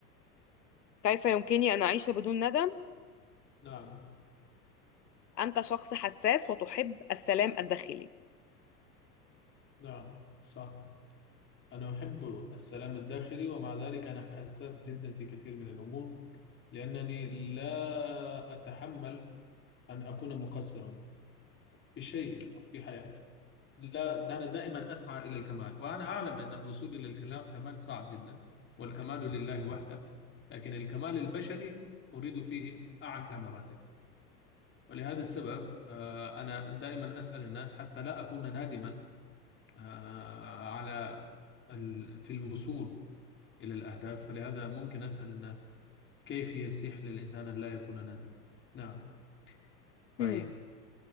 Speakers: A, on the left; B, on the left.
A: كيف يمكنني ان اعيش بدون ندم
B: نعم
A: أنت شخص حساس وتحب السلام الداخلي
B: نعم صح أنا أحب السلام الداخلي ومع ذلك أنا حساس جدا في كثير من الأمور لأنني لا أتحمل أن أكون مقصرا في شيء في حياتي لا أنا دائما أسعى إلى الكمال وأنا أعلم أن الوصول إلى الكلام كمال صعب جدا والكمال لله وحده لكن الكمال البشري أريد فيه أعلى مراتب ولهذا السبب آه، أنا دائما أسأل الناس حتى لا أكون نادما آه، على ال- في الوصول إلى الأهداف فلهذا ممكن أسأل الناس كيف يسيح للإنسان أن لا يكون نادما نعم طيب
A: مم.